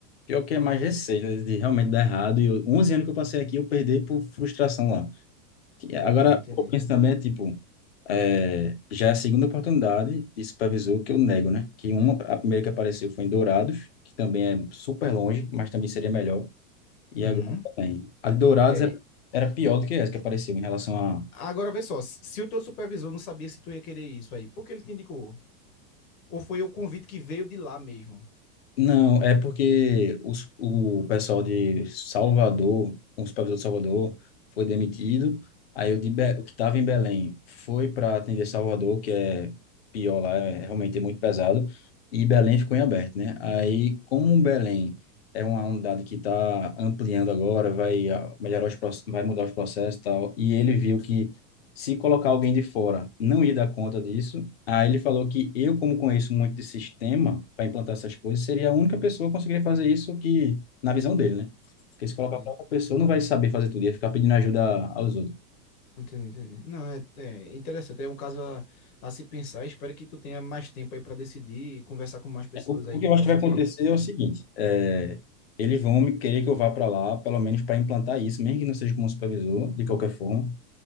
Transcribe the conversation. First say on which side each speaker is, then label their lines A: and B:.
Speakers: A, on the left; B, on the left.
A: Pior que é mais receio né, de realmente dar errado. E eu, 11 anos que eu passei aqui, eu perdi por frustração lá. Que Agora,
B: Ah, entendi.
A: eu penso também, é, tipo, é, já é a segunda oportunidade de supervisor que eu nego, né? Que uma, a primeira que apareceu foi em Dourados, que também é super longe, mas também seria melhor. E
B: Uhum.
A: agora também. A de Dourados
B: É.
A: era, era pior do que essa que apareceu em relação a,
B: Agora vê só, se o teu supervisor não sabia se tu ia querer isso aí, por que ele te indicou? Ou foi o convite que veio de lá mesmo?
A: Não, é porque os, o pessoal de Salvador, o supervisor de Salvador, foi demitido. Aí o, de Be- o que estava em Belém foi para atender Salvador, que é pior lá, é realmente é muito pesado. E Belém ficou em aberto, né? Aí, como Belém é uma unidade que está ampliando agora, vai ah, melhorar os, proce- vai mudar os processos e tal, e ele viu que se colocar alguém de fora não ia dar conta disso, Aí ele falou que eu, como conheço muito de sistema para implantar essas coisas, seria a única pessoa que conseguiria fazer isso que, na visão dele, né? Porque se
B: Entendi.
A: colocar para outra pessoa, não vai saber fazer tudo, ia ficar pedindo ajuda aos outros.
B: Entendi, entendi. Não, é, é interessante. É um caso a, a se pensar. Espero que tu tenha mais tempo aí para decidir e conversar com mais pessoas
A: O,
B: aí
A: o
B: que
A: que eu
B: possam
A: acho que vai acontecer
B: te. de-
A: é o seguinte, é, eles vão me querer que eu vá para lá, pelo menos para implantar isso, mesmo que não seja como supervisor, de qualquer forma,